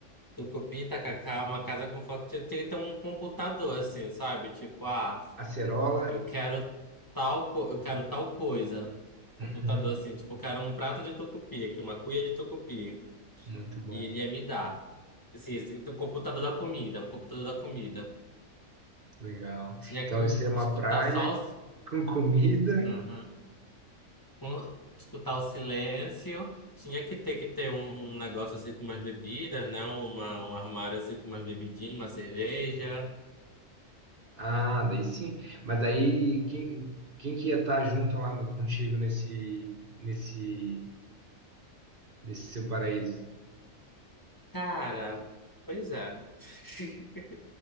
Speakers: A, on the left (about 15°); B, on the right (about 45°).
A: Tucupi, tacacá, uma casa confortável. Tem tem que ter um computador, assim, sabe? Tipo, ah,
B: acerola.
A: eu quero tal, co- eu quero tal coisa. Computador,
B: Uhum.
A: assim, tipo, eu quero um prato de tucupi aqui, uma cuia de tucupi.
B: Muito bom.
A: E ele ia me dar. Assim, esse, o computador da comida, um computador da comida.
B: Legal.
A: Tinha
B: Então,
A: que
B: isso é uma
A: escutar
B: praia
A: só
B: com comida.
A: os... com- escutar o silêncio. Tinha que ter que ter um negócio assim com umas bebidas, né? Uma, um armário assim com umas bebidinhas, uma cerveja.
B: Ah, daí sim. Mas daí quem, quem que ia estar junto lá no- contigo nesse, nesse, nesse seu paraíso?
A: Cara, pois é. <laughs>